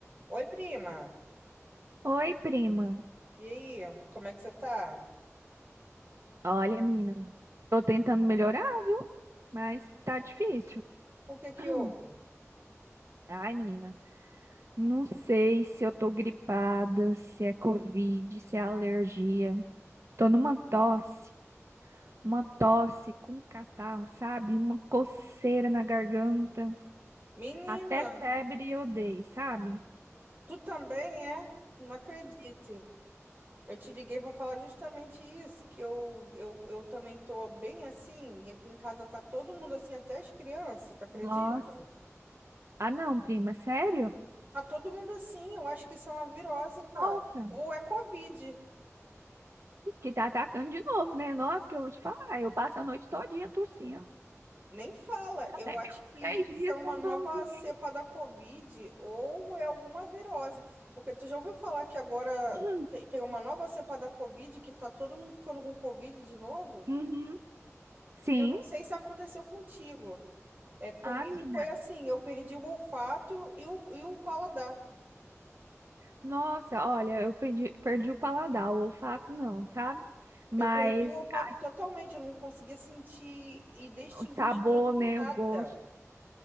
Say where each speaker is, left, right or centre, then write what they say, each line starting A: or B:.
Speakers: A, on the right; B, on the right.
A: Oi, prima.
B: Oi, prima.
A: E aí, como é que você tá?
B: Olha, menina, tô tentando melhorar, viu? Mas tá difícil.
A: O que que
B: <clears throat>
A: houve?
B: Ai, menina, não sei se eu tô gripada, se é Covid, se é alergia. Tô numa tosse, uma tosse com catarro, sabe? Uma coceira na garganta.
A: Menina,
B: Até febre eu dei, sabe?
A: tu também é? Não acredito. Eu te liguei para falar justamente isso, que eu, eu, eu também tô bem assim, e aqui em casa tá todo mundo assim, até as crianças, tu acredita?
B: Nossa. Ah, não, prima, sério?
A: Tá todo mundo assim, eu acho que isso é uma virose, cara.
B: Nossa,
A: Ou é Covid.
B: que tá atacando de novo, né? Nossa, que eu vou te falar. Eu passo a noite todinha tossindo.
A: Nem fala.
B: Até
A: Eu acho
B: meus
A: que
B: três dias
A: isso é uma
B: que eu
A: nova
B: não dormi direito.
A: cepa da Covid ou é alguma virose. Porque tu já ouviu falar que agora
B: <clears throat>
A: te- tem uma nova cepa da Covid que tá todo mundo ficando com Covid de novo?
B: Uhum. Sim.
A: E eu não sei se aconteceu contigo. É, comigo
B: Ah, menina.
A: foi assim, eu perdi o olfato e o, e o paladar.
B: Nossa, olha, eu perdi, perdi o paladar, o olfato não, sabe? Mas
A: Eu perdi o olfato
B: ai,
A: totalmente, eu não conseguia sentir e distinguir
B: o sabor,
A: cheiro de
B: né?
A: nada.
B: O gosto,